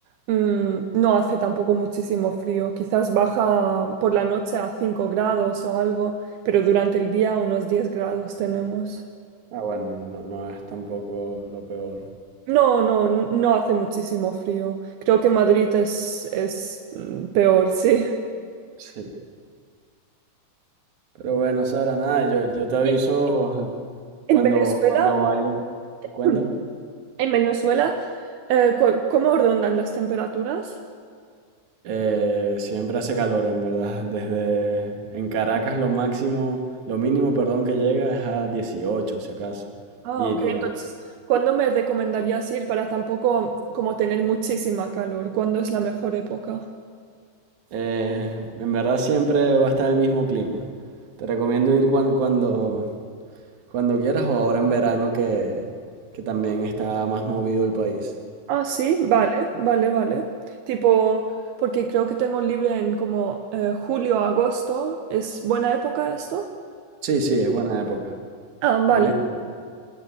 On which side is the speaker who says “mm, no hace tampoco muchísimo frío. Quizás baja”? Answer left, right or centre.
Right